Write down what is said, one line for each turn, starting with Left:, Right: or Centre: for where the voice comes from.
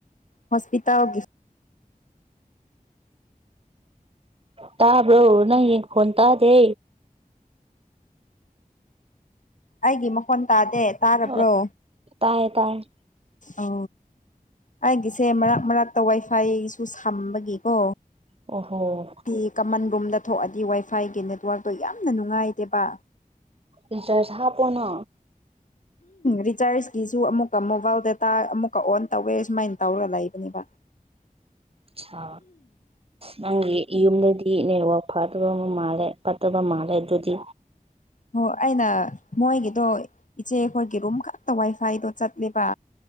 Left: ꯍꯣꯁꯄꯤꯇꯥꯜꯒꯤ
Right: ꯇꯥꯕ꯭ꯔꯣ ꯅꯪꯒꯤ ꯈꯣꯟ ꯇꯥꯗꯦ
Left: ꯑꯩꯒꯤ ꯃꯈꯣꯟ ꯇꯥꯗꯦ ꯇꯥꯔꯕ꯭ꯔꯣ
Right: ꯑꯣ ꯇꯥꯏꯌꯦ ꯇꯥꯏꯌꯦ
Left: ꯑ ꯑꯩꯒꯤꯁꯦ ꯃꯔꯛ ꯃꯔꯛꯇ ꯋꯥꯏꯐꯥꯏꯁꯨ ꯁꯝꯕꯒꯤꯀꯣ
Right: ꯑꯣ ꯍꯣ
Left: ꯐꯤ ꯀꯃꯟ ꯔꯨꯝꯗ ꯊꯣꯛꯑꯗꯤ ꯋꯥꯏꯐꯥꯏꯒꯤ ꯅꯦꯠꯋꯥꯥꯛꯇꯣ ꯌꯥꯝꯅ ꯅꯨꯡꯉꯥꯏꯇꯦꯕ
Right: ꯔꯤꯆꯥꯔꯁ ꯍꯥꯞꯄꯣꯅ
Left: ꯔꯤꯆꯥꯔꯖꯀꯤꯁꯨ ꯑꯃꯨꯛꯀ ꯃꯣꯕꯥꯏꯜ ꯗꯇꯥ ꯑꯃꯨꯛꯀ ꯑꯣꯟ ꯇꯧꯋꯦ ꯁꯨꯃꯥꯏꯅ ꯇꯧꯔ ꯂꯩꯕꯅꯦꯕ <inaudible>
Right: ꯆꯥ ꯅꯪꯒꯤ ꯌꯨꯝꯗꯗꯤ ꯅꯦꯠꯋꯥꯛ ꯐꯗꯕ ꯑꯃ ꯃꯥꯜꯂꯦ ꯐꯠꯇꯕ ꯃꯥꯜꯂꯦ ꯑꯗꯨꯗꯤ
Left: ꯑꯣ ꯑꯩꯅ ꯃꯣꯏꯒꯤꯗꯣ ꯏꯆꯦꯈꯣꯏꯒꯤ ꯔꯨꯝ ꯈꯛꯇ ꯋꯥꯏ ꯁ꯭ꯋꯥꯏꯗꯣ ꯆꯠꯂꯤꯕ